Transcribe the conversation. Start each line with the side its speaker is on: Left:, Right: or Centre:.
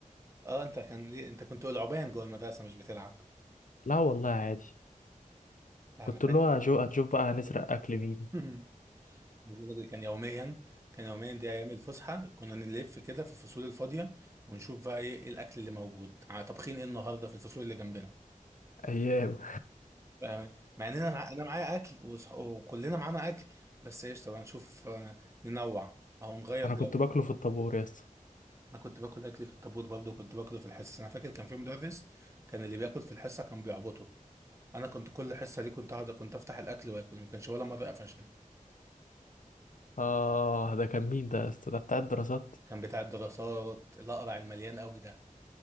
Right: اه انت كان ليه انت كنت العبان جوه المدرسه مش بتلعب
Left: لا والله عادي
Right: لا
Left: كنت
Right: انا فاكر
Left: اللي هو هشو- هنشوف بقى هنسرق اكل مين
Right: <laughs> عايز أقول لك دي كان يوميا كان يوميا دي ايام الفسحه كنا نلف كده في الفصول الفاضيه ونشوف بقى ايه إيه الاكل اللي موجود ع- طابخين ايه النهارده في الفصول اللي جنبنا
Left: ايام
Right: آه، مع اننا مع... انا معايا اكل وصح... وكلنا معانا اكل بس ايش طبعا نشوف آه، ننوع او
Left: <laughs>
Right: نغير
Left: انا
Right: جو
Left: كنت باكله في الطابور يا اسطى
Right: انا كنت باكل اكلي في الطابور برضه كنت باكله في الحصص انا فاكر كان في مدرس كان اللي بياكل في الحصه كان بيعبطه انا كنت كل حصه دي كنت اقعد كنت افتح الاكل واكل ما كانش ولا مره قفشني
Left: اه ده كان مين ده يا اسطى ده بتاع الدراسات
Right: كان بتاع الدراسات الاقرع المليان قوي ده